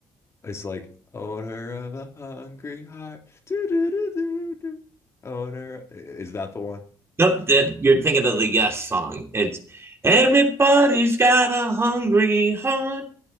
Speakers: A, on the left (about 35°); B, on the right (about 30°).
A: It's like, odor of a hungry heart. Do, do, do, do, do. Odor. Is that the one?
B: Nope, that you're thinking of the Yes song. It's everybody's got a hungry heart.